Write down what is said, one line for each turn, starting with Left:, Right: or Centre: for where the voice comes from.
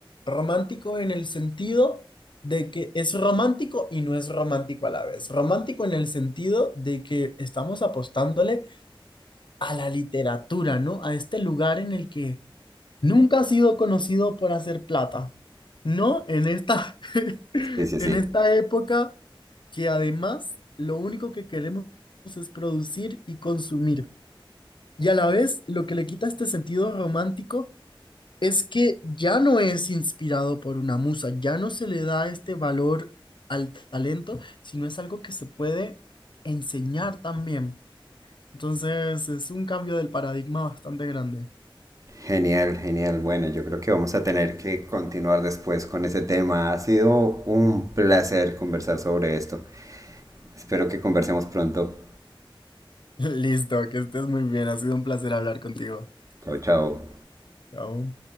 Left: Romántico en el sentido de que es romántico y no es romántico a la vez. Romántico en el sentido de que estamos apostándole a la literatura, ¿no? A este lugar en el que nunca ha sido conocido por hacer plata, ¿no? En esta, <laughs>
Right: Sí, sí,
Left: en
Right: sí.
Left: esta época que además lo único que queremos es producir y consumir. Y a la vez, lo que le quita este sentido romántico es que ya no es inspirado por una musa, ya no se le da este valor al talento, sino es algo que se puede enseñar también. Entonces, es un cambio del paradigma bastante grande.
Right: Genial, genial. Bueno, yo creo que vamos a tener que continuar después con ese tema. Ha sido un placer conversar sobre esto. Espero que conversemos pronto.
Left: <laughs> Listo, que estés muy bien, ha sido un placer hablar contigo.
Right: Chao, chao.
Left: Chao.